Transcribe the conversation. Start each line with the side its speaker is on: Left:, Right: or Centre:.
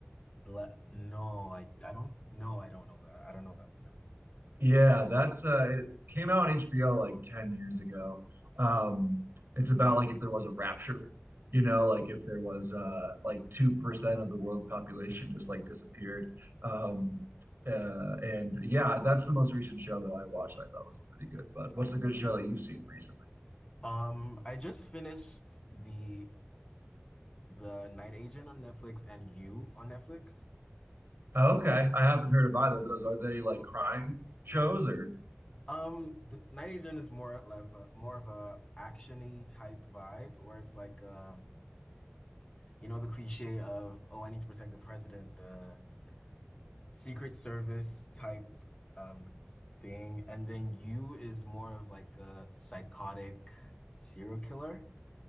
Left: Bla- no, I, I don't. No, I don't know that. I don't know that one. No.
Right: Yeah, that's uh, it came out on HBO like 10 years ago. Um, it's about like if there was a rapture, you know, like if there was uh, like 2% of the world population just like disappeared. Um, uh, and yeah, that's the most recent show that I watched. I thought was pretty good. But what's a good show that you've seen recently?
Left: Um, I just finished the the Night Agent on Netflix and You on Netflix.
Right: Okay, I haven't heard
Left: Yeah.
Right: of either of those. Are they like crime shows or?
Left: Um, the Night Agent is more of a, more of a actiony type vibe, where it's like, uh, you know, the cliche of, oh, I need to protect the president, the Secret Service type um thing, and then you is more of like a psychotic serial killer.